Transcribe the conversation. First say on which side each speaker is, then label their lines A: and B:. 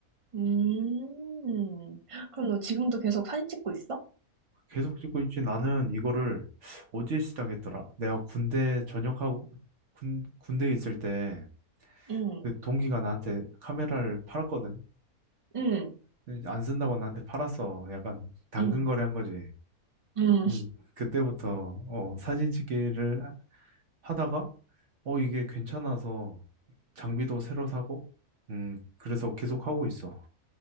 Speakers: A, on the right (about 35°); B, on the right (about 55°).
A: 음. 그럼 너 지금도 계속 사진 찍고 있어?
B: 계속 찍고 있지. 나는 이거를 어디에 시작했더라? 내가 군대 전역하고 군, 군대에 있을 때
A: 응,
B: 그 동기가 나한테 카메라를 팔았거든.
A: 응,
B: 네, 안 쓴다고 나한테 팔았어. 약간 당근
A: 응,
B: 거래한 거지.
A: 응.
B: 음, 그때부터 어, 사진 찍기를 하다가 어, 이게 괜찮아서 장비도 새로 사고 음, 그래서 계속 하고 있어.